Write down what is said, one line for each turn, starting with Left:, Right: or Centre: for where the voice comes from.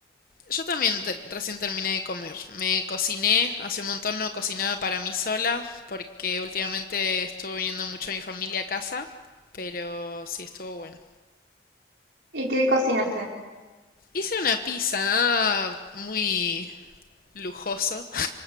Left: Yo también te- recién terminé de comer. Me cociné, hace un montón no cocinaba para mí sola, porque últimamente estuvo viniendo mucho mi familia a casa, pero sí estuvo bueno.
Right: ¿Y qué cocinaste?
Left: Hice una pizza, nada muy lujoso,